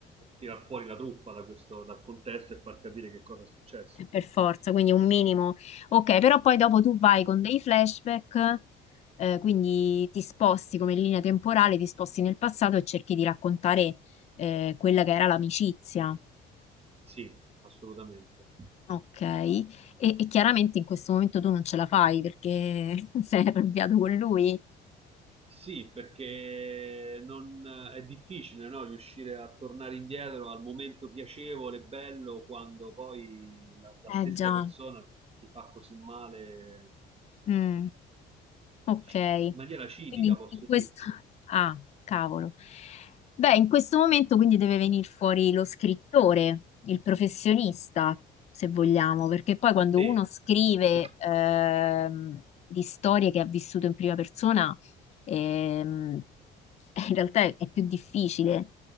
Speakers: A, on the right (about 30°); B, on the left (about 35°).
A: tirar fuori la truffa da questo, dal contesto e far capire che cosa è successo.
B: eh, per forza, quindi un minimo. Ok, però poi dopo tu vai con dei flashback, eh, quindi ti sposti come linea temporale, ti sposti nel passato e cerchi di raccontare eh, quella che era l'amicizia.
A: Sì, assolutamente.
B: Ok, e, e chiaramente in questo momento tu non ce la fai perché <laughs> sei arrabbiato con lui.
A: Sì, perché non, è difficile, no, riuscire a tornare indietro al momento piacevole, e bello, quando poi la, la stessa
B: Eh già,
A: persona ti fa così male,
B: Mm, ok.
A: ci- in maniera cinica,
B: Quindi
A: posso
B: in questo...
A: dirti.
B: Ah, cavolo. Beh, in questo momento quindi deve venire fuori lo scrittore, il professionista, se vogliamo,
A: Eh sì.
B: perché poi quando
A: Te.
B: uno scrive
A: <laughs>
B: ehm, di storie che ha vissuto in prima persona, ehm, <laughs> in realtà è più difficile